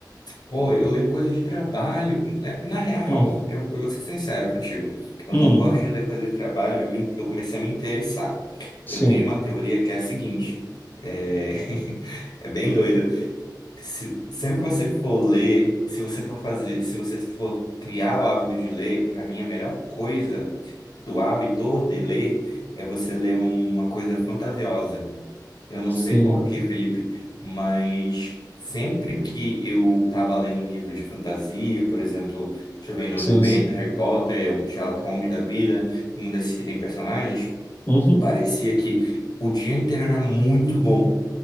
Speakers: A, on the left; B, on the left.
A: Pô, eu leio coisa de trabalho. É, Na real,
B: Hum,
A: eu, eu vou ser sincero contigo. Eu
B: hum,
A: não gosto de ler coisa de trabalho, eu, me- eu comecei a me interessar.
B: sim,
A: Eu tenho uma teoria que é a seguinte: é, <laughs> é bem doida. Se, sempre você for ler, se você for fazer, se você for criar o hábito de ler, para mim a melhor coisa de- do hábito de ler é você ler uma coisa fantasiosa. Eu não
B: sim,
A: sei por quê, Felipe, mas sempre que eu estava lendo um livro de fantasia, por exemplo, deixa eu ver, Em Nome
B: sim,
A: do Vento,
B: sim.
A: Harry Potter, um Sherlock Holmes da vida, um desses que tem personagens,
B: Uhum,
A: parecia que o dia inteiro era muito bom,